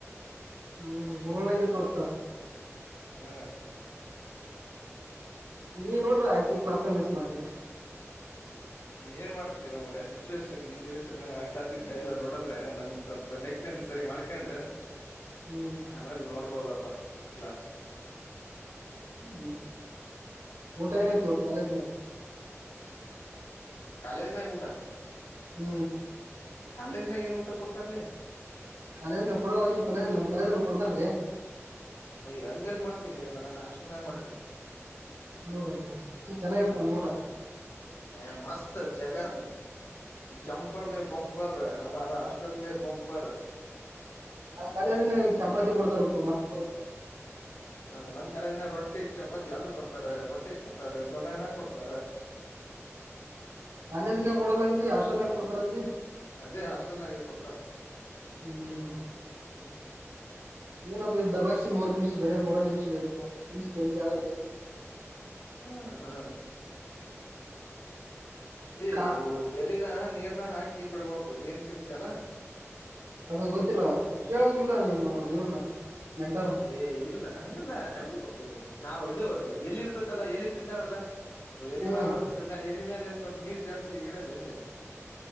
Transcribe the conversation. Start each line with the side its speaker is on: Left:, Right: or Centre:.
Right: ಹ್ಮ್ ಮಗಳನಗೆ ತೋರಿಸ್ತಾ
Left: ಹಾ
Right: ನೀ ನೋಡ್ರ ಆಾಕಿ ಕ್ಲಾಸ್ ಮಿಸ್ ಮಾಡ್ಿದತಿ
Left: ಏನ್ ಮಾಡ್ತೀವ ಮ್ರ ಸಿಚುವೇಶಷನ್ ಗಿಚುವೇಷನ್ ಅಡ್ಡ ಅ ದಿಡ್ ಎಲ್ಲ ನೋಡೋದ್ರೆ ನನ್ ಸ್ವಲ್ಪ ಪ್ಪೇನ್ ಸರಿ ಮಾಡ್ಕೊಂಡ್
Right: ಹ್ಮ್
Left: ಆಮೇಲೆ ನೋಡ್ಬೋದಪ್ಪ ಕ್ಲಾಸ್
Right: ಹ್ಮ್ ಮಊಟ ನತ ಇಒತ್ತು ಕಾಲಜ ನ
Left: ಕಾಲೇಜ ನ ಕಊಟಾ
Right: ಹ್ಮ್
Left: ಕಾಲೇಜ್ ನಾಗ ಏ ನೂಊಟ ಕೊಡ್ತಾರಲಿ
Right: ಕಾಲೇ ಕೊಡಲ್ಲಮ್ ಕ ನಮ್ ಕಾಲ ಕೊಡತಾರ್ರೀ
Left: ಅಯ್ ಅಲ್ಲೆಲ್ಲಿ ಮಾಡ್ತೀನ್ ಲಯಾ ನಾನನ್ ಅಷ್ಟನನೆ ಮಾಡ್ತೀನಿ
Right: ನೋಡಣ ಚೆನ್ನಾಗಿರ್ತಾನೆ ಊಟ
Left: ಹ ಮಸ್ತ್ ಜಗರ್ ಜಂಪರ್ ಮ ಬಂಪರ್ ಹಮಾರ ಹಾಸ್ಟಲ್ ಮ ಬಂಪರ್
Right: ಹ್ಮ ನಮ್ ಕಾಲದ ಚಪಾತಿ ಕೊಡ್ತಾರಪ್ಪ ಮಸ್ತ್ ಕೊಡ್ತಾರ ಚಪಾತಿ
Left: ಹ ನಮ್ ಕಾಲದಿನ ರೊಟ್ಟಿ ಚಪಾತಿ ಎರಡು ಕೊಡ್ತಾರೆ ಮೊಟ್ಟಿ ಕೊಡ್ತಾರೆ ಬಡಾನ ಕೊಡ್ತಾರೆ
Right: ಕಾಲೇಜ್ ನೇ ಕೊಡಲ್ಲ ಅ ಹಾಸ್ಟೆಲ್ ನ ಕೊಡ್ತಾರ
Left: ಅದೇ ಹಾಸ್ಟೆಲ್ಾಗ ಕೊಡ್ತಾರೆ <inaudible>
Right: ಹ್ಮ್
Left: ಹ್ಮ್
Right: ಏನಪ್ಪ ಇದ ದ ಬಸ್ ಮೂರು ನಿಮಿಷ ಬರ ಮೂರ ನಿಮಿಷ ಆಯ್ು ನಿಮ್ ಜಲ್ದ ಆದ್ರ ಬಸ್
Left: ಹ್ಮ್ ಹ್ಮ್ ಏ್
Right: ಕಾ
Left: ಇ ಎಲ್ಲಿನ ನೀರ್ನ ಹಾಕಿ ಬಿಡ್ಬೇಕು ನೀರ್ ಚಿಮ್ಸ ಎಲ್ಲ
Right: ಅದ ಗೊತ್ತಿಲ್ಲ ಕವಾಗಿಿಲ್ಲ ನಿಮ್ಮ್ ಅವರು ಇವ್ರನ ಮೆಂಟಾರ್
Left: ಏ ಇಲ್ಲ ಹಂಗಲ್ಲ ನಮಗು ಏ ನಾವವು ಇದು ಎಲ್ಲಿ ಇರ್ತತ್ತಲ್ಲ ಎಲ್ಲಿ ತಿಂತಾರಲ್ಲ ಎಲ್ಲಿ
Right: ಹ್ಮ್
Left: ಮಾರೋ ಅದ್ರ ಮೇಲೆ ಎಲ್ಲಿ ಮೇಲೆ ಸ್ವಲ್ಪ ನೀರ್ ಜರ್ಸಿ ಇಡಲ್ಲೇ